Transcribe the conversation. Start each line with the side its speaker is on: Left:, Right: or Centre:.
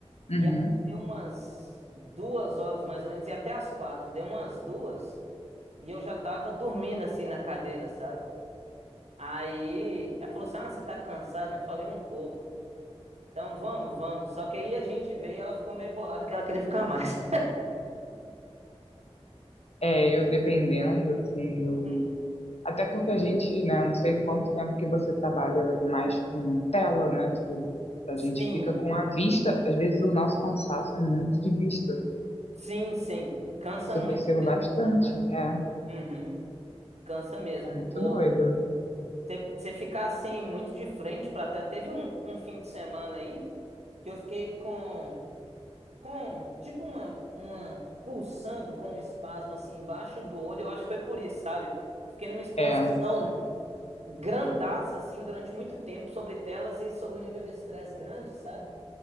Left: Uhum.
Right: e aí deu umas duas horas mais ou menos, e até as quatro, deu umas duas, e eu já tava dormindo assim na cadeira, sabe? Aí ela falou assim: Ah, você tá cansado, né? Eu falei um pouco. Então vamos, vamos. Só que aí a gente veio e ela ficou meio bolada que ela queria ficar mais.
Left: É, eu dependendo, assim, eu.
Right: <laughs>
Left: Até porque a gente, né, não sei quanto tempo que você trabalha mais com tela, né? Tipo, a
Right: Sim,
Left: gente fica com a vista, às vezes o nosso cansaço é muito de vista.
Right: sim, sim. Cansa
Left: Isso
Right: muito
Left: eu percebo
Right: mesmo,
Left: bastante.
Right: Natália.
Left: É,
Right: Uhum. Cansa mesmo.
Left: é muito
Right: O,
Left: doido.
Right: Você você ficar assim muito de frente pra tela. Teve um, um fim de semana aí que eu fiquei com, com tipo uma, uma pulsando com um espasmo assim embaixo do olho. Eu acho que foi por isso, sabe? Eu fiquei numa exposição
Left: É,
Right: grandaça assim durante muito tempo sobre telas e sobre o nível de estresse grande, sabe?